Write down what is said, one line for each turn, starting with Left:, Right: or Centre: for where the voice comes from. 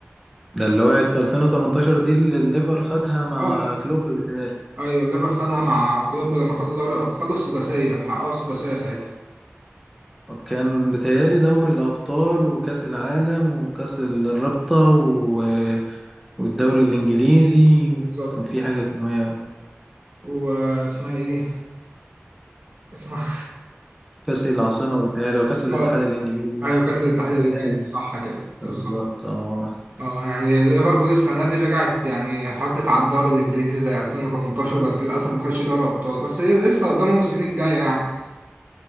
Centre: ده اللي وقعت في 2018 دي اللي الليفر خدها مع
Right: اه
Centre: كلوب بتاعي.
Right: أيوة الليفر خدها مع كلوب لما خدوا دوري الأبطال خدوا السداسية حققوا السداسية ساعتها
Centre: كان بيتهيألي دوري الابطال وكاس العالم وكاس الرابطة و... والدوري الانجليزي
Right: بالظبط
Centre: كان في حاجة كمان
Right: واسمها إيه دي؟ اسمها
Centre: كاس العاصمة بيتهيألي وكاس الاتحاد
Right: اه
Centre: الانجليزي
Right: أيوة كأس الاتحاد
Centre: بيتهيألي
Right: الإنجليزي صح كده بالظبط
Centre: بالظبط اه
Right: اه يعني ليفربول السنة دي رجعت يعني حطت على الدوري الإنجليزي زي 2018 بس للأسف ما خدش دوري أبطال بس هي لسه قدامهم السنين الجاية يعني